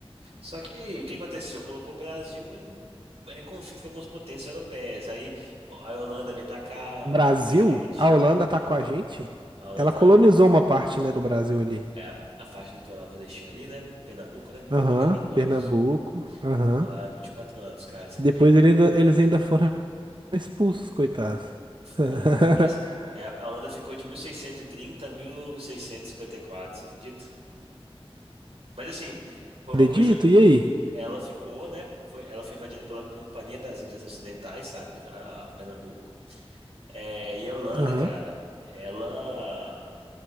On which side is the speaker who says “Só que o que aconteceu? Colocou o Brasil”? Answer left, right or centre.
Right